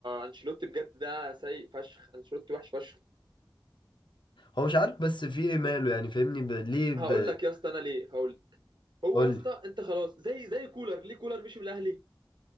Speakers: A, on the right; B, on the left.
A: انشيلوتي بجد ده سيء فشخ انشيلوتي وحش فشخ
B: هو مش عارف بس في ايه ماله يعني فاهمني ب... ليه ب...
A: هقول لك يا اسطى انا ليه هقول لك. هو
B: قول
A: يا اسطى
B: لي
A: انت خلاص زي زي كولر ليه كولر مشي من الاهلي